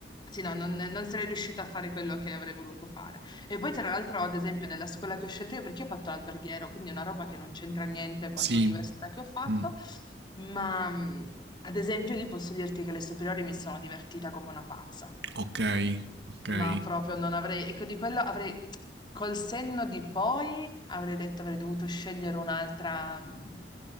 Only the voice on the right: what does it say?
Sì.
Mh,
okay, okay,